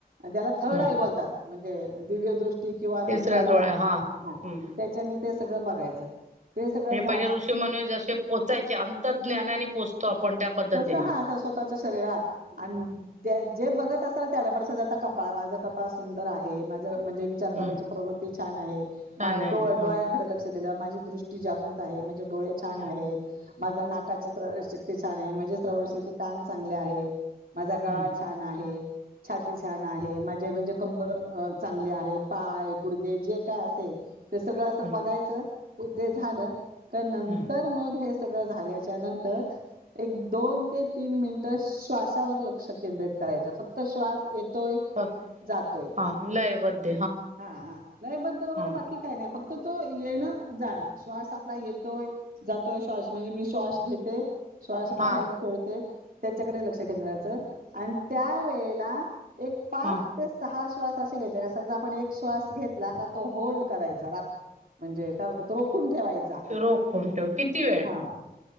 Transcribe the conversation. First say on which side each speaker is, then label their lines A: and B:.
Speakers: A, on the right; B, on the right.
A: त्याला थर्ड
B: हम्म
A: आय बोलतात, म्हणजे दिव्य दृष्टी. किंवा
B: तिसऱ्या
A: तिसरा डोळा
B: डोळ्या हम्म
A: हा, त्याच्यानी ते सगळं बघायचं. ते सगळं
B: म्हणजे,
A: झा
B: पहिले ऋषी मुनी जसे पोचायचे. अंतर्ज्ञानाने पोहचतो आपण त्या पद्धतीने
A: तसं हा, आता स्वतःच्या शरीर हं, आणि त्या जे बघत असाल, त्याला पण स आता कपाळ, माझं कपाळ सुंदर आहे माझं, म्हणजे विचार
B: हम्म
A: करण्याची प्रवृती छान आहे.
B: छान आहे
A: डोळ्यांकडे
B: हा
A: लक्ष दिलं, माझी दृष्टी जागृत आहे, म्हणजे डोळे छान
B: हम्म
A: आहेत माझं, तर नाकाची शक्ती छान आहे माझे श्रवणशक्ती कान चांगले आहेत. माझा गळा
B: हम्म
A: छान आहे. छाती छान आहे, माझे म्हणजे कंबर चांगली आहे पाय, गुडगे जे काय असेल. ते सगळ अस
B: हम्म
A: बघायच ते झाल का नंतर
B: हम्म
A: मग हे सगळ झाल्याच्या नंतर एक दोन ते तीन मिनिट श्वासावर लक्ष केंद्रित करायच, फक्त श्वास येतोय.
B: ह
A: जातोय,
B: हा लयबद्ध
A: हा हा लयबंद वगैरे
B: हा
A: बाकी काय नाही फक्त तर तो येण जाण श्वास आपला येतोय जातोय श्वास म्हणजे मी श्वास घेते. श्वास
B: हा
A: बाहेर सोडते त्याच्याकड लक्ष केंद करायच आणि त्यावेेळेला एक पाच
B: हा
A: ते सहा श्वास असे घ्यायचे का समजा आपण एक श्वास घेतला का तो होल्ड करायचा राखून. म्हणजे काय बोलतात रोखून ठेवायचा.
B: रोखून ठेवू किती वेळ?
A: हां,